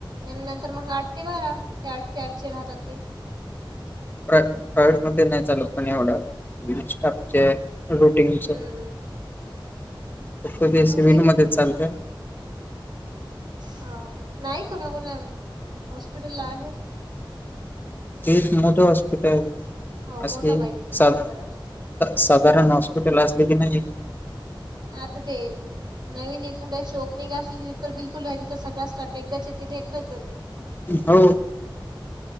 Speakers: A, on the right; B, on the left.
A: नंतर मग आठ ते बारा ते आठ ते आठचे राहतात ते.
B: प्र प्रायवहेट मध्ये नाही चालत पण एवढं स्टाफचे रोटीगंच
A: हम्म
B: ते सिव्हल
A: हो
B: मध्येच चालत.
A: हा नाही कोणा कोणा हॉस्पिटल ला आहे.
B: तेच एक मोठं हॉस्पिटल.
A: हो
B: असली
A: मोठं पाहिजे तस
B: सा
A: बरोबर आहे.
B: साधारण हॉस्पिटल असले की नाही.
A: आता ते नवीन एखाद्याची शोओपनिंग असली त तर बिलकुल तिथ सगळा स्टाफ एकदाच येते ते एकदाच जाते.
B: हो